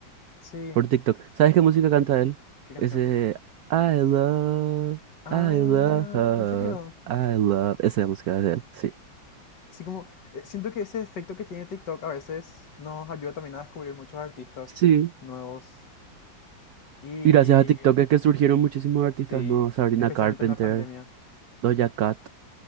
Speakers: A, on the left; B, on the right.
A: sí,
B: por TikTok. ¿Sabes qué música canta él?
A: ¿qué canción?
B: Ese I love,
A: Ah,
B: I love,
A: ¿en serio?
B: I love. Esa es la música de él, sí.
A: Sí, como, eh, siento que ese efecto que tiene TikTok a veces nos ayuda también a descubrir muchos artistas
B: Sí,
A: nuevos. Y
B: y gracias a TikTok
A: eh,
B: es que surgieron muchísimos artistas
A: sí,
B: nuevos, Sabrina
A: especialmente
B: Carpenter,
A: en la pandemia.
B: Doja Cat.